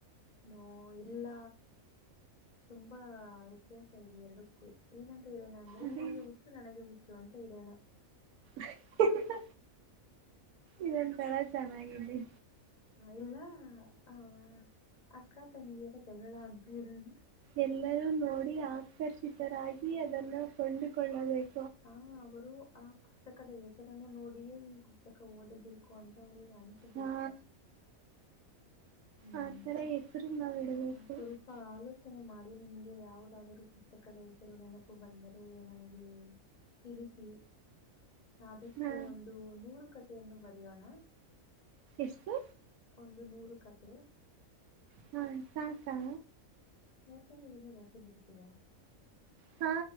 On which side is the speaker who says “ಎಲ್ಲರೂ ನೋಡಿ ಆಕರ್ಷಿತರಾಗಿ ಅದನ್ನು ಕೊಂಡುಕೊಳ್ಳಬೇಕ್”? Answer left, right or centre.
Right